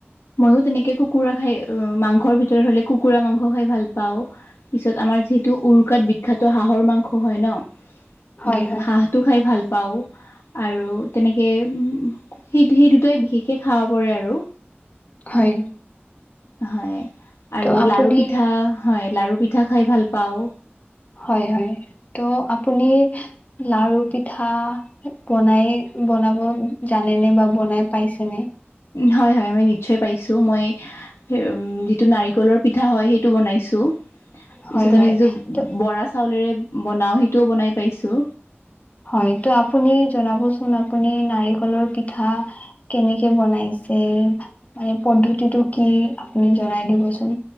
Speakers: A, on the left; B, on the left.
A: মইও তেনেকে কুকুৰা খাই মাংসৰ ভিতৰত হলে কুকুৰা মাংস খাই ভাল পাওঁ। পিছত আমাৰ যিহেতু উৰুকাত বিখ্যাত হাঁহৰ মাংস হয় ন
B: হয়
A: উম
B: হয়
A: হাঁহ। টো খাই ভাল পাওঁ। আৰু তেনেকে সেই সেই দুটাই বিশেষকে খাব পৰে আৰু
B: হয়
A: হয় আৰু
B: ত' আপুনি
A: লাৰু পিঠা হয় লাৰু পিঠা খাই ভাল পাওঁ।
B: হয় হয় ত' আপুনি লাৰু পিঠা বনাই বনাব জানেনে বা বনাই পাইছেনে?
A: হয় হয় মই নিশ্চয় পাইছো। মই উম যিটো নাৰিকলৰ পিঠা হয় সেইটো বনাইছো।
B: হয়
A: পিছত
B: হয়
A: আমি যিটো
B: ত
A: বৰা চাউলেৰে বনাও সেইটোও বনাই পাইছো।
B: হয় ত' আপুনি জনাবচোন আপুনি নাৰিকলৰ পিঠা কেনেকে বনাইছে মানে পদ্ধতিটো কি আপুনি জনাই দিবচোন